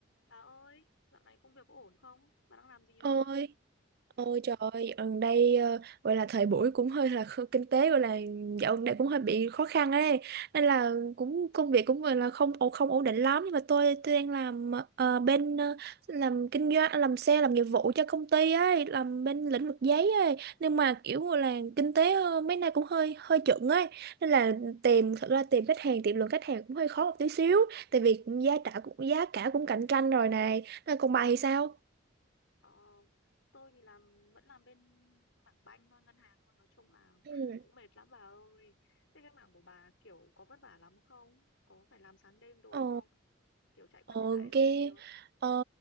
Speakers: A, on the left; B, on the right.
A: Bà ơi, dạo này công việc có ổn không? Bà đang làm gì
B: ôi
A: rồi?
B: ôi trời ơi gần đây ờ, gọi là thời buổi cũng hơi là kh- kinh tế gọi là dạo gần đây cũng hơi bị khó khăn ấy nên là cũng công việc cũng gọi là không ổ- không ổn định lắm nhưng mà tôi tôi đang làm ờ, bên ờ, làm kinh doanh làm xe làm nghiệp vụ cho công ty ấy làm bên lĩnh vực giấy ấy nhưng mà kiểu gọi là kinh tế ờ, mấy nay cũng hơi hơi chững ấy nên là tìm thật ra tìm khách hàng tìm lượng khách hàng cũng hơi khó một tí xíu tại vì giá cả cũng giá cả cũng cạnh tranh rồi này nên còn bà thì sao
A: Ờ, tôi thì làm vẫn làm bên mảng banh thôi, ngân hàng thôi. Nói chung là
B: Ừ.
A: cũng mệt lắm bà ơi. Thế cái mảng của bà kiểu có vất vả lắm không? Có phải làm sáng đêm đồ
B: Ờ.
A: không? Kiểu chạy qua
B: Ờ,
A: chạy lại đồ
B: cái
A: nhiều á.
B: ờ,